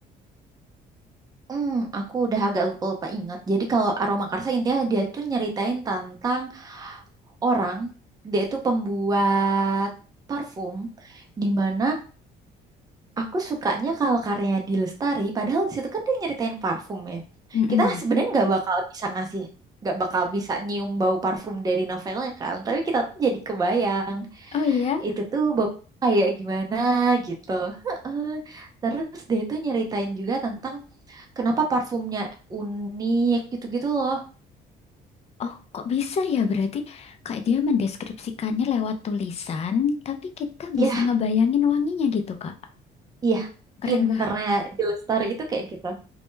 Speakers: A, on the right; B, on the left.
A: Hmm, aku udah agak lupa-lupa ingat. Jadi kalau Aroma Karsa intinya dia tuh nyeritain tentang orang dia itu pembuat parfum di mana aku sukanya kalau karyanya di Lestari padahal di situ kan dia nyeritain parfum ya
B: Mm-mm.
A: kita sebenarnya nggak bakal bisa ngasih nggak bakal bisa nyium bau parfum dari novelnya kan tapi kita tuh jadi kebayang
B: Oh iya,
A: itu tuh bau kayak gimana gitu Heeh. terus dia itu nyeritain juga tentang kenapa parfumnya unik gitu-gitu loh
B: oh kok bisa ya berarti Kak dia mendeskripsikannya lewat tulisan, tapi kita
A: ya
B: bisa ngebayangin wanginya gitu Kak.
A: iya
B: Keren
A: pinternya
B: bah.
A: di Lestari itu kayak gitu